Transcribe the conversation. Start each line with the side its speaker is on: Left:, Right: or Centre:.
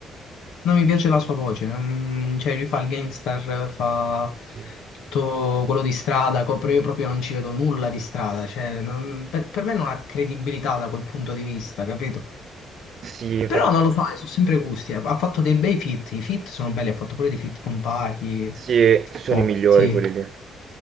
Left: Non mi piace la sua voce, non- cioè lui fa il gangster, fa
Right: Sì.
Left: tutto quello di strada, co- però io proprio non ci vedo nulla di strada, cioè non- per, per me non ha credibilità da quel punto di vista, capito?
Right: Sì, infatti,
Left: Però non lo so, eh, sono sempre gusti, ha ha fatto dei bei feat, i feat sono belli, ha fatto pure dei feat con Pachi,
Right: sì, sono
Left: forti.
Right: i migliori quelli lì.